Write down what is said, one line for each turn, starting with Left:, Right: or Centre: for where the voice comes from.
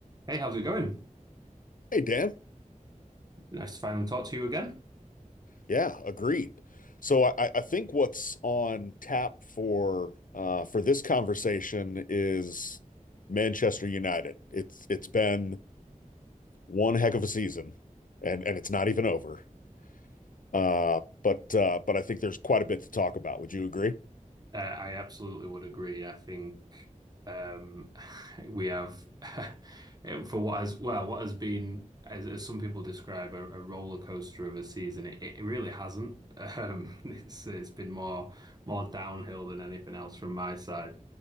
Right: Hey, how's it going?
Left: Hey, Dan.
Right: Nice to finally talk to you again.
Left: Yeah, agreed. So I, I think what's on tap for uh, for this conversation is Manchester United. It's it's been one heck of a season, and and it's not even over. Uh, but uh, but I think there's quite a bit to talk about. Would you agree?
Right: Uh, I absolutely would agree. I think um, <laughs> we have, <laughs> for what has well, what has been, as, as some people describe, a, a roller coaster of a season. It, it really hasn't. Um, <laughs> it's it's been more more downhill than anything else from my side.